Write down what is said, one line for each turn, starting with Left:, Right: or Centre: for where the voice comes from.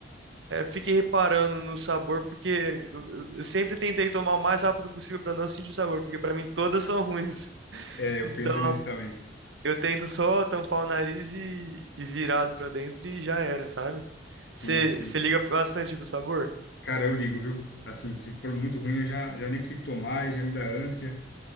Right: é, fique reparando no sabor, porque eu- eu sempre tentei tomar o mais rápido possível para não sentir o sabor, porque para mim todas são ruins. <laughs>
Left: É, eu
Right: Então
Left: penso nisso também.
Right: eu tento só tampar o nariz e, e virado para dentro e já era, sabe?
Left: Sim,
Right: Você
Left: sim.
Right: você liga bastante pro sabor?
Left: Cara, eu ligo, viu? Assim, se for muito ruim, eu já, já nem consigo tomar e já me dá ânsia.